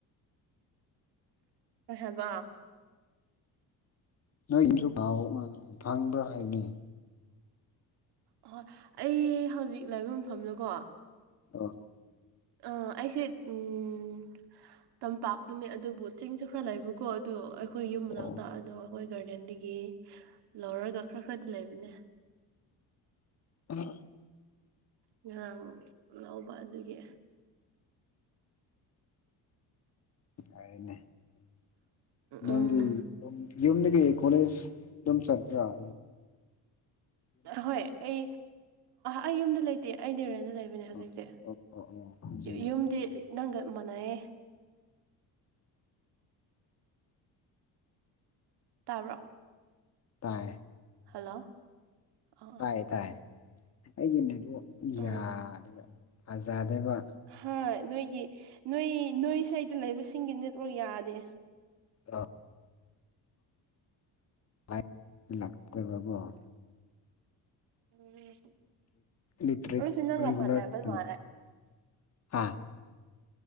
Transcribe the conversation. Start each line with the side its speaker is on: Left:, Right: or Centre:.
Right: ꯍꯦꯕ
Left: ꯅꯣꯏ ꯏꯁꯨ ꯑ ꯐꯪꯕ꯭ꯔꯥ ꯍꯥꯏꯕꯅꯦ
Right: ꯑꯍꯣꯏ ꯑꯩ ꯍꯧꯖꯤꯛ ꯂꯥꯏꯕ ꯃꯐꯝꯗꯀꯣ
Left: ꯑꯣ
Right: ꯑꯥ ꯑꯩꯁꯦ ꯎꯝ ꯇꯝꯄꯥꯛꯇꯨꯅꯦ ꯑꯗꯨꯕꯨ ꯆꯤꯡꯁꯨ ꯈꯔ ꯂꯩꯕꯀꯣ ꯑꯗꯨ ꯑꯩꯈꯣꯏ ꯌꯨꯝ ꯃꯅꯥꯛꯇꯥꯛ
Left: ꯑꯣ
Right: ꯑꯗꯣ ꯑꯩꯈꯣꯏ ꯒꯥꯔꯗꯦꯟꯗꯒꯤ ꯂꯧꯔꯒ ꯈꯔ ꯈꯔꯗꯤ ꯂꯩꯕꯅꯦ
Left: ꯑꯥ
Right: ꯉꯔꯥꯡ ꯂꯧꯕ ꯑꯗꯨꯒꯤ
Left: <unintelligible> ꯅꯪꯒꯤ
Right: ꯎꯝ
Left: ꯌꯨꯝꯗꯒꯤ ꯀꫭꯂꯦꯖ ꯑꯗꯨꯝ ꯆꯠꯄ꯭ꯔ ꯥ
Right: ꯍꯣꯏ ꯑꯩ ꯑꯩ ꯌꯨꯝꯗ ꯂꯩꯇꯦ ꯑꯩꯗꯤ ꯔꯦꯟꯗ ꯂꯩꯕꯅꯦ ꯅꯦ ꯍꯧꯖꯤꯛꯇꯤ
Left: ꯑꯣ ꯑꯣ ꯑꯣ ꯑꯣ ꯈꯨꯝꯖꯤꯟꯉꯦ
Right: ꯌꯨꯝꯗꯤ ꯅꯪꯒ ꯃꯥꯟꯅꯩꯑꯌꯦ ꯇꯥꯕ꯭ꯔꯣ
Left: ꯇꯥꯏ
Right: ꯍꯜꯂꯣ ꯑꯥ ꯑꯥ
Left: ꯇꯥꯏ ꯇꯥꯏ ꯑꯩꯒꯤ ꯃꯗꯨ ꯌꯥꯗꯕ
Right: ꯎꯝ
Left: ꯐꯖꯗꯕ
Right: ꯍꯣꯏ ꯅꯣꯏꯒꯤ ꯅꯣꯏ ꯅꯣꯏꯁꯗ ꯂꯩꯕꯁꯤꯡꯒꯤ ꯅꯦꯠꯋꯥꯛ ꯌꯥꯗꯦ
Left: ꯑ ꯂꯥꯏ ꯂꯥꯛꯇꯕꯕꯣ
Right: ꯎꯝ
Left: ꯏ ꯏꯛ
Right: ꯑꯩꯁꯨ ꯅꯪꯒ
Left: ꯔꯦꯒꯂꯔ
Right: ꯃꯥꯟꯅꯕ ꯃꯥꯜꯂꯦ